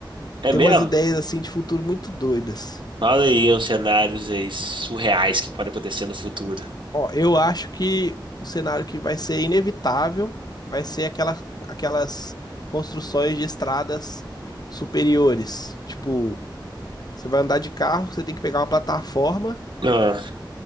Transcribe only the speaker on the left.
Tem
umas ideias assim de futuro muito doidas.
Ó, eu acho que o cenário que vai ser inevitável vai ser aquela, aquelas construções de estradas superiores. Tipo, você vai andar de carro, você tem que pegar uma plataforma